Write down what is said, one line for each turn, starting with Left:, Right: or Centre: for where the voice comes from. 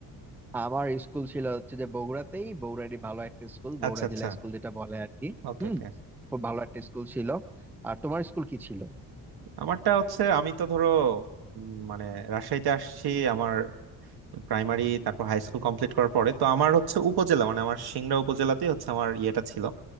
Centre: আমার স্কুল ছিল হচ্ছে যে বগুড়াতেই বগুড়ারই ভালো একটা স্কুল বগুড়া
Right: আচ্ছা আচ্ছা
Centre: জিলা স্কুল যেটা বলে আর কি
Right: ওকে
Centre: হুম
Right: ওকে
Centre: খুব ভালো একটা স্কুল ছিল আর তোমার স্কুল কি ছিল
Right: আমারটা হচ্ছে আমি তো ধরো উম, মানে রাজশাহীতে আসছি আমার প্রাইমারি তারপর হাই স্কুল কমপ্লিট করার পরে তো আমার হচ্ছে উপজেলা মানে আমার সিংড়া উপজেলাতেই হচ্ছে আমার ইয়েটা ছিল